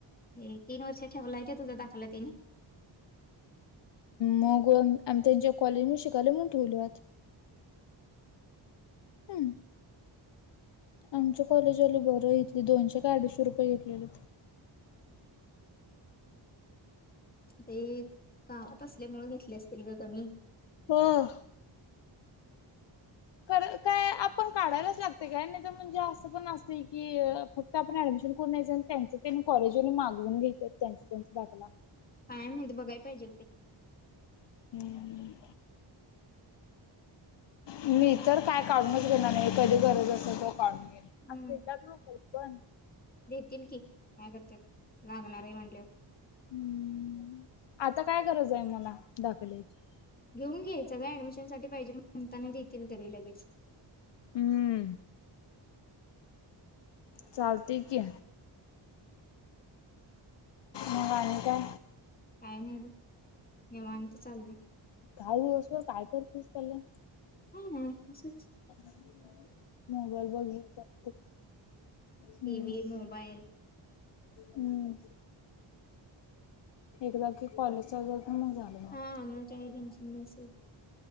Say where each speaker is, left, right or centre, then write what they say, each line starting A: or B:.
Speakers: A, on the left (about 20°); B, on the left (about 65°).
A: हे तीन वष ठेवाये तझा दाखवला तिने
B: मग आम्ही त्यांच्या कॉलेज म शिकायल मण ठेवलत ह आमच्या कॉलेज आली बरं घेतली दोनशे का अडीशे रुपये घेतलेले
A: ते गावात असल्यामुळेून घेतले असते किं क ममी
B: ह काय आपण काढायलाच लागते काय नाही तर म्हणजे असं पण असते की फक्त आपण ऍडमिशन करून न्यायच आणि त्यांच त्यां म कॉलेजून मागवून घेत त्यां त्यांचा दाखला
A: कायम नाही ते बघाय पाहिजे ते
B: हम्म मी तर काय काढूनच घेणार नाही कधी गरज अस तो काढून घे
A: हम्म.
B: असं देतात नक पण
A: देतील की काय करत लागणार आहे म्हटलं
B: हम्म आता काय गरज आहे मला दाखल्याची
A: घेऊन घ्याय सगय ऍडमिशन साठी पाहिजे म्हणताना देतील तरी लगेच
B: हम्म चालते की मंगने का
A: काय नाही निेवत चाललं
B: काही दिवसभर काय करतेस पले
A: हा असच
B: मोबाल बघेर करते हम्
A: टीव्ही मोबाईल
B: हम्म हे बाकी कॉलेज चाल मग झाले ना
A: हा मग काही टेन्शन नसेल